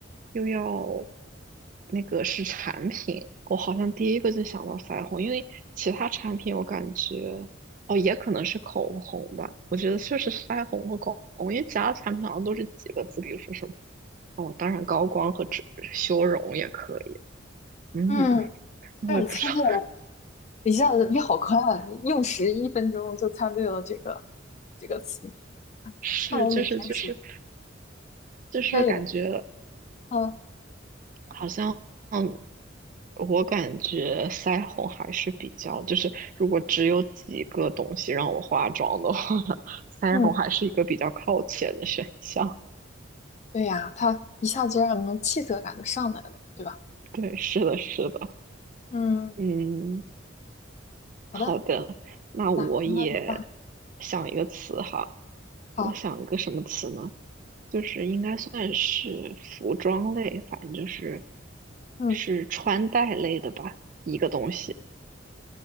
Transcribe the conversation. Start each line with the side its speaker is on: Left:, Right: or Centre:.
Right: 又要那个是产品，我好像第一个就想到腮红，因为其他产品我感觉哦也可能是口红吧，我觉得就是腮红和口红，因为其他产品好像都是几个字，比如说什么哦，当然高光和遮修容也可以，嗯，
Left: 嗯，但是你猜对了，
Right: 我也不知道，<laughs>
Left: 一下子你好快啊，用时一分钟就猜对了这个这个词。
Right: 是就是就是
Left: 看我鲁山时应
Right: 就是感觉。
Left: 该也，嗯
Right: 好像，嗯，我感觉腮红还是比较，就是如果只有几个东西让我化妆的话，<laughs> 腮红还是一个比较靠前的选项。
Left: 嗯，对呀，他一下子就让人气色感就上来了，对吧？
Right: 对，是的，是的，
Left: 嗯，
Right: 嗯，
Left: 好的，
Right: 好的，那我也
Left: 那那那
Right: 想一个词哈，
Left: 好，
Right: 我想一个什么词呢？就是应该算是服装类，反正就是
Left: 嗯
Right: 是穿戴类的吧，一个东西。